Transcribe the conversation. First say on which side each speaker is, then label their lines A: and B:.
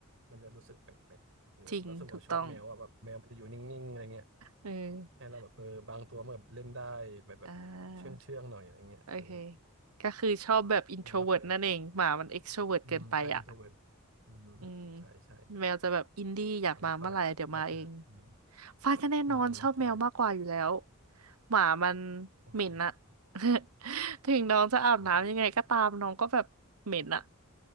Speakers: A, on the right; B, on the right.
A: มันจะรู้สึกแปลกๆเออแล้วรู้สึกว่าชอบแมวอ่ะแบบแมวมันจะอยู่นิ่งๆอะไรเงี้ย
B: จริงถูกต้อง เออ
A: ให้เราแบบเออบางตัวมันแบบเล่นได้แบบแบบเชื่องเชื่องหน่อยอะไรเงี้ยเออ
B: อ่า โอเค ก็คือชอบแบบ introvert
A: อืมแล้วเธอ
B: นั่นเองหมามัน extrovert
A: อืมใช่อินโทรเวิร์ต
B: เกินไปอ่ะ
A: อืม
B: อืม
A: ใช่ใช่
B: แมวจะแบบอินดี้อยากมาเมื่อไหร่เดี๋ยวมาเอง
A: อัลฟายแล้วเธออืม
B: ฟ้าก็แน่นอนชอบแมวมากกว่าอยู่แล้ว
A: อืมอืมใช่
B: หมามัน
A: โอเค
B: เหม็นอะ <laughs> ถึงน้องจะอาบน้ำยังไงก็ตามน้องก็แบบเหม็นอะ
A: เมนเหรอ